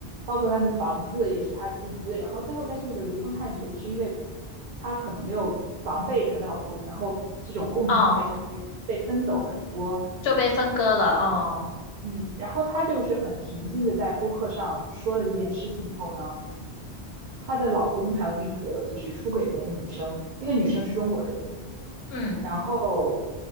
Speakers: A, on the right (about 55°); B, on the left (about 70°).
A: 包括他们的房子也是她出资，然后最后但是这个离婚判决就是因为她可能没有防备她的老公，然后这种共同财产被被分走很多，
B: 哦，就被分割了，哦，
A: 嗯，然后她就是很平静的在播客上说了这件事情以后呢，她的老公还有那个就是出轨的那个女生，那个女生是中国人。
B: 嗯，
A: 然后